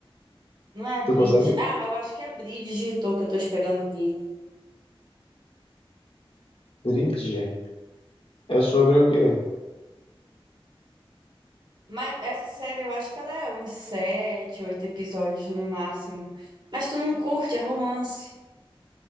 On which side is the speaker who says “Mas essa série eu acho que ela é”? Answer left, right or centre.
Right